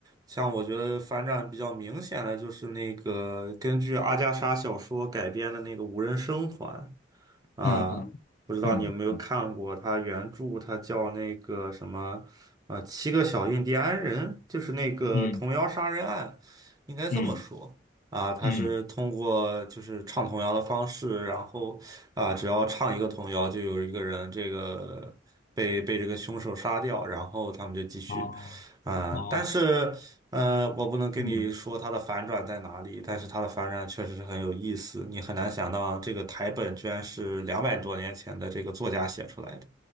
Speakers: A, on the right (about 20°); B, on the left (about 45°).
A: 像我觉得反转比较明显的，就是那个根据阿加莎小说改编的那个《无人生还》。
B: 嗯嗯嗯
A: 啊，不知道你有没有看过他原著，他叫那个什么，呃，七个小印第安人，就是那个童谣杀人案，
B: 嗯
A: 应该这么说啊。
B: 嗯
A: 他是通过就是唱童谣的方式，
B: 嗯。
A: 然后啊，只要唱一个童谣，就有一个人这个被被这个凶手杀掉，然后他们就继续
B: 哦哦，
A: 啊。但是呃，我不能跟你说它的反转在哪里，
B: 嗯
A: 但是它的反转确实是很有意思。你很难想到这个台本居然是两百多年前的这个作家写出来的